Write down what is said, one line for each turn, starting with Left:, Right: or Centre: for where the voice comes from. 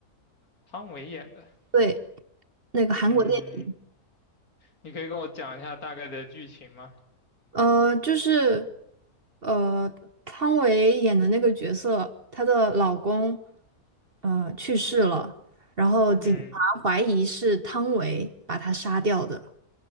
Left: 汤唯演的。
Right: 对，那个韩国电影，
Left: 嗯，你可以跟我讲一下大概的剧情吗？
Right: 呃，就是呃，汤唯演的那个角色，她的老公呃去世了，然后警察怀疑是汤唯把他杀掉的，
Left: 嗯
Right: 然